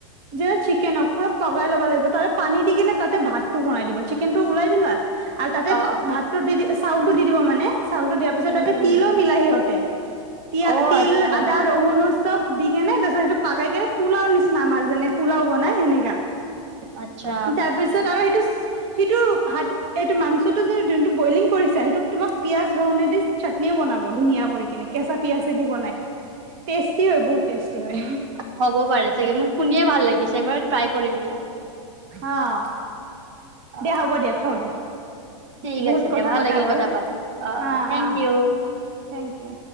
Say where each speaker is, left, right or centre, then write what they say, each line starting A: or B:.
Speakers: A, on the right; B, on the right.
A: যেনে চিকেনক পুৰা পগাই ল'বা লাগিব তাৰে পানী দি কিনে তাতে ভাতটো বনাই দিব চিকেনটো উলাই দিলা আৰু তাঁতে
B: অ অ
A: ভাতটো দি দি চাউলটো দি দিব মানে চাউলটো দিয়াৰ পিছত
B: উম,
A: তাঁতে
B: উম।
A: তিলো মিলাই সিহঁতে তিয়া
B: অ',
A: তিল
B: আচ্ছা,
A: আদা ৰহুনু চব দি কেনে তাৰপিছত সেইটো পাকাই কে পোলাও নিচিনা আমাৰ যেনে পোলাও বনাই সেনেক
B: আচ্ছা
A: তাৰপিছত আৰু সেইটো সেইটো হাত এইটো মাংসটো যে যোনটো বইলিং কৰিছা সেইটোক তোমাক পিয়াজ ৰহুনে দি চাটনিও বনাব ধুনীয়া কৰি নে কেঁচা পিয়াজে দি বনাই টেষ্টি হয় বহুত টেষ্টি হয়।
B: হ'ব পাৰে চাগে মোক শুনিয়ে ভাল লাগিছে, এবাৰ ট্ৰাই কৰিম দিয়া
A: অহঁ
B: অ',
A: দিয়া হ'ব দিয়া থও দিয়া।
B: ঠিক
A: বহুত
B: আছে দিয়া
A: কথা
B: ভাল
A: পাতা
B: লাগিল
A: গ'ল
B: কথা পাতি অহঁ
A: অ
B: অহঁ থেংক
A: অ
B: ইউ।
A: Thank U